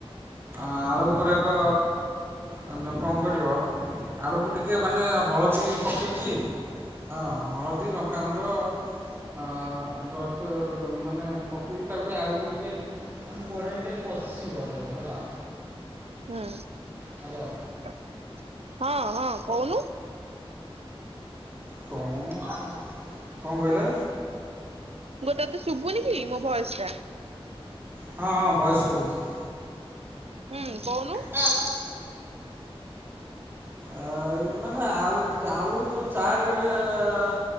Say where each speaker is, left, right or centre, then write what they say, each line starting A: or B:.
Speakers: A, on the right; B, on the right.
A: ଆଳୁ ଗୁରାକ କଣ କରିବ ଆଳୁକୁ ଟିକେ ମାନେ ହଳଦୀ ପକେଇକି ହଁ ହଳଦୀ ଲଙ୍କାଗୁଣ୍ଡ ଆ ଜଷ୍ଟ ତ ମାନେ ପକେଇକି ତାକୁ ଟିକେ ଆଳୁକୁ ଟିକେ ମାନେ କଡ଼େଇ ରେ ଟିକେ କସିବ ତାକୁ ହେଲା।
B: ହୁଁ।
A: ହ୍ୟାଲୋ
B: ହଁ ହଁ କହୁନୁ।
A: କଣ କଣ କହିଲ?
B: ବୋଉ ତତେ ଶୁଭୁନି କି ମୋ ଭୟସ ଟା।
A: ହଁ ହଁ ଭଏସ ଶୁଭୁଛି।
B: ହୁଁ କହୁନୁ।
A: ହୁଁ ଆଉ ମାନେ ଆ-ଆଳୁ ଯୋଉ ଚାଟରେ ଏଁ